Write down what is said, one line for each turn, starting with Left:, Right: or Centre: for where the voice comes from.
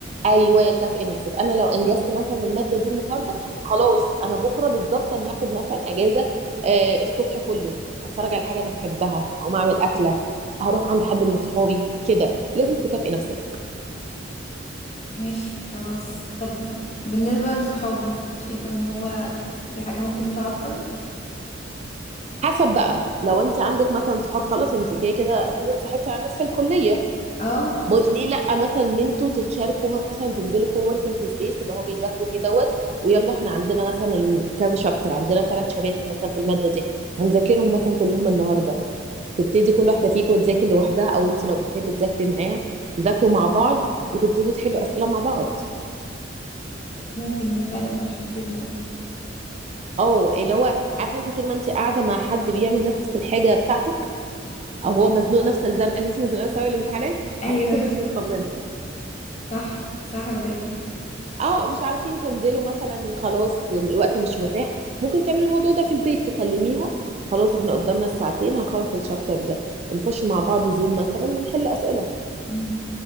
Right: ايوه كافئي نفسك انا لو انجزت مثلا الماده دي النهارده خلاص انا بكره بالظبط انا هاخد مثلا اجازه آه الصبح كله هتفرج على حاجه انا بحبها هقوم اعمل اكله هروح عند حد من صحابي كده لازم تكافئي نفسك
Left: ماشي خلاص طب بالنسبة لصحابي شايفة ان هو دي حاجة ممكن تعطل
Right: حسب بقى لو انت عندك مثلا صحاب خلاص انت كده كده اكيد اتصاحبتي على الناس في الكليه
Left: اه
Right: م- ليه لا مثلا ان انتوا تتشاركوا مثلا تنزلوا كو وركينج سبيس اللي هو بيذاكروا فيه دوت ويلا احنا عندنا مثلا الم- كذا شابتر عندنا ثلاث شباتر مثلا في الماده دي هنذاكرهم مثلا كلهم النهارده تبتدي كل واحده فيكم تذاكر لوحدها او انت لو بتحبي تذاكري معاها تذاكروا مع بعض وتبتدوا تحلوا اسئله مع بعض
Left: ممكن ده فعلا يحفزني اكتر
Right: او اللي هو عارفه انت طول ما انت قاعده مع حد بيعمل نفس الحاجه بتاعتك او هو مزنوق نفس الزنقه اللي انت مزنوقه سوا الامتحانات
Left: ايوه
Right: هتحسي ان انت مطمنه
Left: صح صح بجد
Right: او مش عارفين تنزلوا مثلا خلاص الوقت مش متاح ممكن تعملي الموضوع ده في البيت تكلميها خلاص احنا قدامنا الساعتين هنخلص الشابتر ده ونخش مع بعض زوم مثلا ونحل اسئله
Left: مم.